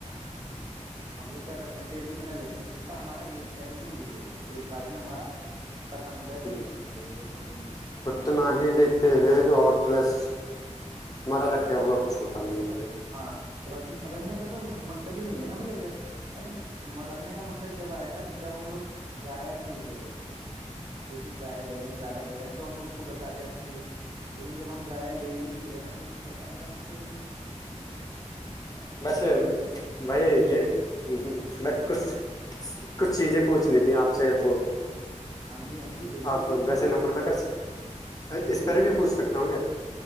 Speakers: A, on the right; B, on the left.
A: ہم لوگ کیا کرتے ہیں تیل کتنا لیتے جتنا ہمارا ایک ٹائم میں یوز ہو جائے ایک بارے میں ہمارا ختم ہو جائے
B: ہوں
A: تیل اتنے ہی لیں گے ایک سبزی میں جتنا لگے
B: اتنا
A: گا ہم
B: ہی لیتے ہیں اور
A: اتنے-
B: پلس ہمارا ر رکھ ہوا کچھ ہوتا نہیں ہے
A: ہاں رکھ رکھنے کا تو مقصد د نہیں ہے ن بائی اجب ب مٹ <unintelligible> نے کا مقصد جب آئے گا جب ہم لوگ ضائ چیز لے رہے ہیں کوئی چیز جائے لے رہے ہیں زیادہ لے رہ تو ہم اس کو بچا کے رکھیں بھی لیکن جب ہم جائیا لے ہی نہیں رہے تو اس کو بچانے کا مقصد ہی نہیں ہے ہ ہ <inaudible>
B: بسے بھائی یہ میں کچھ کچھ چیزیں پوچھنیھی <unintelligible> آپ سے تو
A: ہاں جی ہاں جی بالکل
B: آپ
A: پوچھیے
B: ویسے
A: بھیا
B: نمبر پہ کر اس
A: جی
B: پر بھی پوچھ سکتا ہوں کیا